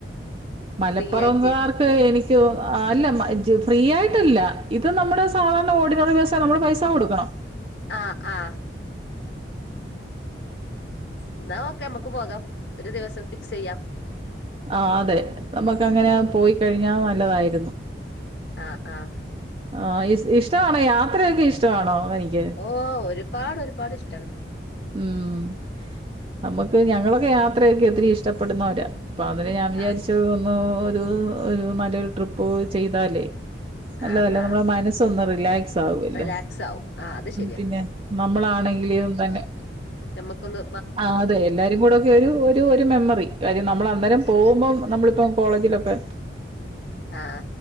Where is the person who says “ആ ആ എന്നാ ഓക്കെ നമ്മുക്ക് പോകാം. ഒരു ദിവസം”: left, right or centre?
Left